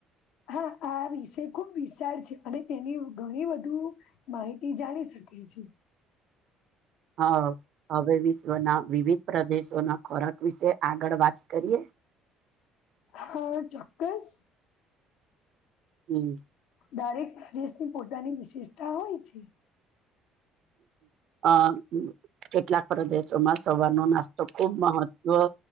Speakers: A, on the left; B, on the right.
A: હા, આ વિષય ખૂબ વિશાળ છે અને તેની ઘણી વધુ માહિતી જાણી શકી એ છે.
B: હા, હવે વિશ્વના વિવિધ પ્રદેશોના ખોરાક વિશે આગળ વાત કરીએ.
A: હા, ચોક્કસ.
B: હમ
A: દરેક દેશની પોતાની વિશેષતા હોય છે.
B: હા. કેટલાક પ્રદેશોમાં સવારનો નાસ્તો ખૂબ મહત્વ